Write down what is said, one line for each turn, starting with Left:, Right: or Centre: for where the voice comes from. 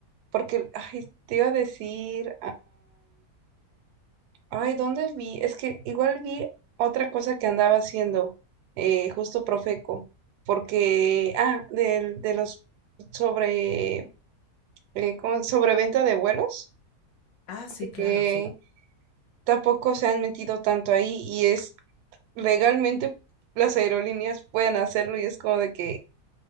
Right: porque, ay, te iba a decir, Ay, ¿dónde vi? Es que igual vi otra cosa que andaba haciendo, eh, justo Profeco, porque, ah, del- de, los sobre, eh, ¿cómo? sobreventa de vuelos,
Left: Ah, sí,
Right: de que
Left: claro, sí.
Right: tampoco se han metido tanto ahí y es legalmente las aerolíneas pueden hacerlo y es como de que,